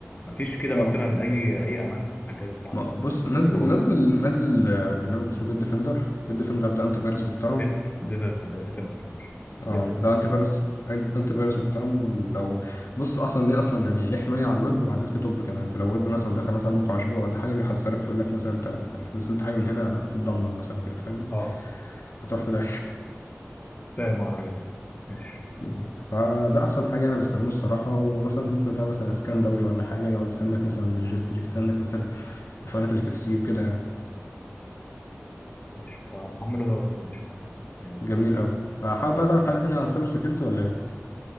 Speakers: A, on the left; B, on the left.
A: مفيش كده
B: آه.
A: مثلا أي أي أمان على الجهاز بتاعك
B: ما بص نزل
A: اللي فيه برامج
B: نزل
A: مثلا
B: نزل آه، برنامج اسمه بيت ديفندر بيت ديفندر ده انتي فيروس محترم
A: بيت ديف- ديفندر ماشي
B: اه
A: بيت ديفندر
B: ده انتي فيروس أنت- انتي فيروس محترم لو بص اصلا ليه اصلا يعني ليه حمايه على الويب وعلى الديسك توب كمان انت لو ويب مثلا دخل مثلا موقع اسبوع ولا حاجه بيحذرك يقول لك مثلا انت لو نزلت حاجه من هنا هتتدمر مثلا وكده فاهم
A: اه
B: هتروح في ده
A: فاهم أنا الحاجات دي ماشي
B: مم. فده احسن حاجه انا بستخدمه الصراحه ومثلا انت ممكن تعمل مثلا اسكان دوري ولا حاجه يقعد يسكان لك مثلا ريجستري يسكان لك مثلا الفايلات اللي في السي وكده يعني
A: ماشي آه، حمله دوت ماشي يعني-
B: جميل قوي فحابب بقى تعرف حاجه تانية عن السايبر سيكيورتي ولا ايه